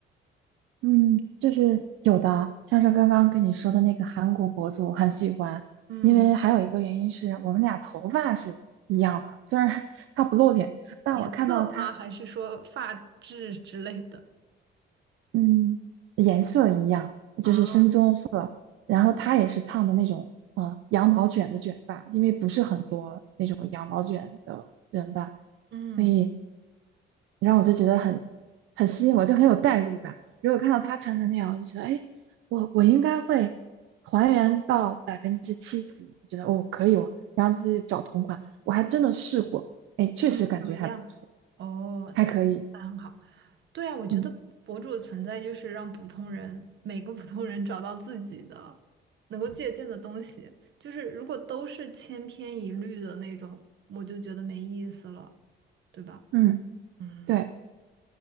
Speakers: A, on the right (about 80°); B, on the right (about 65°).
A: 嗯，就是有的，像是刚刚跟你说的那个韩国博主，我很喜欢，
B: 嗯
A: 因为还有一个原因是我们俩头发是一样的，虽然 <laughs> 他不露脸，但我看到他
B: 颜色吗？还是说发质之类的？
A: 嗯，颜色一样，
B: 啊，
A: 就是深棕色，然后她也是烫的那种，呃，羊毛卷的卷发，因为不是很多那种羊毛卷的人吧，
B: 嗯
A: 所以然后我就觉得很很吸引我，就很有代入感。如果看到她穿成那样，我就觉得，哎，我我应该会还原到百分之七十，我觉得哦可以哦，然后自己找同款，我还真的试过，哎，确实感觉还不错，
B: 嗯，怎么样？哦，
A: 还可以，
B: 那那很好。对啊，我觉得博主的存在就是让普通人，
A: 嗯
B: 每个普通人找到自己的能够借鉴的东西。就是如果都是千篇一律的那种，我就觉得没意思了，对吧？
A: 嗯，
B: 嗯
A: 对。